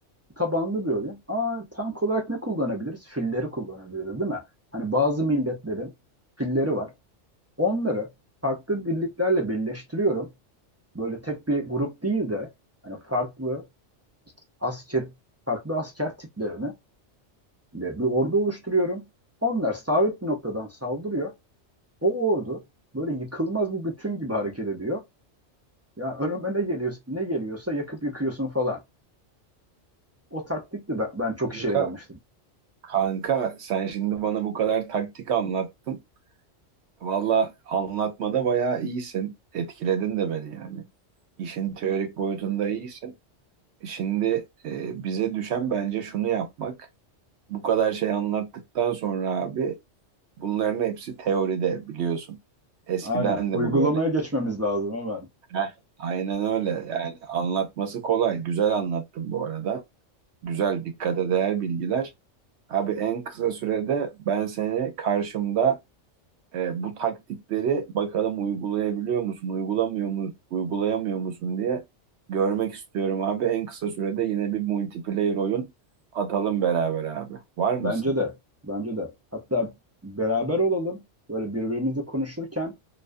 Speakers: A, on the right; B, on the right.
A: tabanlı bir oyun. Aa, tank olarak ne kullanabiliriz? Filleri kullanabiliriz değil mi? Hani bazı milletlerin filleri var. Onları farklı birliklerle birleştiriyorum. Böyle tek bir grup değil de hani farklı asker farklı asker tiplerini de bir ordu oluşturuyorum. Onlar sabit bir noktadan saldırıyor. O ordu böyle yıkılmaz bir bütün gibi hareket ediyor. Ya önüme ne geliyor, ne geliyorsa yakıp yıkıyorsun falan. O taktik de ben, ben çok
B: Kanka
A: işe yaramıştı
B: Kanka sen şimdi bana bu kadar taktik anlattın. Valla anlatmada bayağı iyisin. Etkiledin de beni yani. İşin teorik boyutunda iyisin. Şimdi e, bize düşen bence şunu yapmak. Bu kadar şey anlattıktan sonra abi bunların hepsi teoride biliyorsun. Eskiden
A: Aynen. Uygulamaya
B: de bu böyleydi.
A: geçmemiz lazım hemen.
B: Heh. Aynen öyle yani anlatması kolay. Güzel anlattın bu arada. Güzel dikkate değer bilgiler. Abi en kısa sürede ben seni karşımda E, bu taktikleri bakalım uygulayabiliyor musun, uygulamıyor mu, uygulayamıyor musun diye görmek istiyorum abi. En kısa sürede yine bir multiplayer oyun atalım beraber abi. Var mısın?
A: Bence de. Bence de. Hatta beraber olalım. Böyle birbirimizle konuşurken